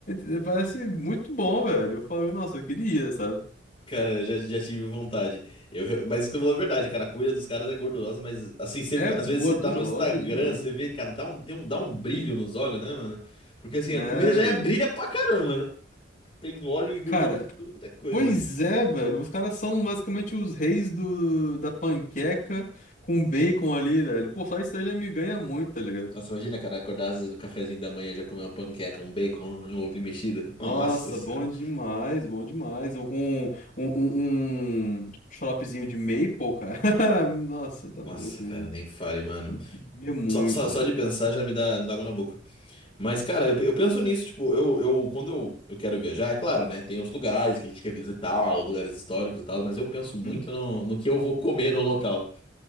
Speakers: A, on the left; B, on the left.
A: E- e Parece muito bom, velho. Eu falo, nossa, eu queria, sabe?
B: Cara, eu já, já tive vontade. Eu, re- mas isso que eu falo é verdade, cara. A comida dos caras é gordurosa, mas assim, você,
A: É gordurosa
B: às vezes você tá no Instagram,
A: demais,
B: você vê, cara, dá um, tem um, dá um brilho nos olhos, né, mano? Porque assim,
A: né,
B: a comida já
A: velho?
B: é brilha pra caramba, né? Tem óleo e gordura
A: Cara.
B: em tudo quanto é coisa.
A: Pois é, velho. Os caras são basicamente os reis do, da panqueca com bacon ali, velho. Pô, só isso aí já me ganha muito, tá ligado?
B: Nossa, imagina, cara, acordar às vezes no cafezinho da manhã já comer uma panqueca, um bacon, um ovinho mexido. Nossa
A: Nossa,
B: senhora.
A: bom demais, bom demais. Um, um, um, um um xaropezinho de maple, cara. <laughs> Nossa, tá louco.
B: Nossa, cara, nem fale, mano.
A: Eu queria muito,
B: Só, só, só
A: velho.
B: de pensar já me dá, me dá água na boca. Mas, cara, eu, eu penso nisso, tipo, eu, eu quando eu, eu quero viajar, é claro, né? Tem os lugares que a gente quer visitar, os lugares históricos e tal, mas eu penso
A: Uhum.
B: muito no, no que eu vou comer no local.